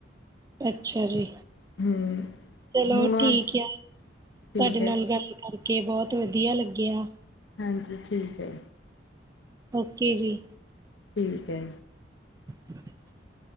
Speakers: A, on the right; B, on the left.
A: ਅੱਛਾ ਜੀ।
B: ਹੂੰ
A: ਚਲੋ
B: ਹੁਣ
A: ਠੀਕ ਆ
B: ਠੀਕ
A: ਤੁਹਾਡੇ ਨਾਲ
B: ਹੈ
A: ਗੱਲ ਕਰ ਕੇ ਬਹੁਤ ਵਧੀਆ ਲੱਗਿਆ।
B: ਹਾਂਜੀ ਠੀਕ ਐ।
A: ਓਕੇ ਜੀ।
B: ਠੀਕ ਐ।
A: <unintelligible>